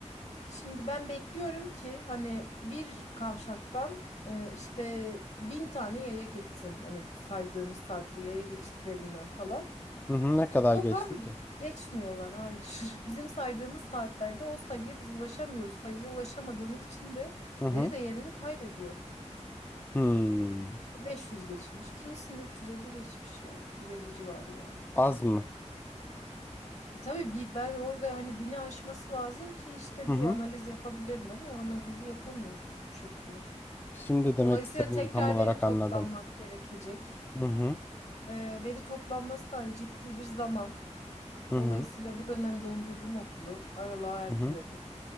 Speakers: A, on the left (about 65°); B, on the left (about 15°).
A: Şimdi ben bekliyorum ki hani bir kavşaktan e, işte bin tane yaya geçsin. Hani saydığımız saatte yaya geçitlerinden falan.
B: Hı hı. Ne kadar
A: Yok
B: geçti
A: abi
B: ki?
A: geçmiyorlar hayır. <laughs> Bizim saydığımız saatlerde o sayıya biz ulaşamıyoruz. Sayıya ulaşamadığımız için de
B: Hı hı.
A: veri değerini kaybediyor.
B: Hmm.
A: İşte 500 geçmiş. Kimisinde 350 geçmiş ya. 350 civarı yani.
B: Az mı?
A: E tabii bir ben orada hani bini aşması lazım ki işte
B: Hı
A: bir
B: hı.
A: analiz yapabilirim ama o analizi yapamıyoruz bu şekilde.
B: Şimdi demek
A: Dolayısıyla
B: istediğini
A: tekrar
B: tam olarak
A: veri toplanmak
B: anladım.
A: gerekecek.
B: Hı hı.
A: Ee, veri toplanması da hani ciddi bir zaman.
B: Hı
A: Dolayısıyla
B: hı.
A: bu dönem dondurdum okulu. Aralığa erteledim.
B: Hı hı.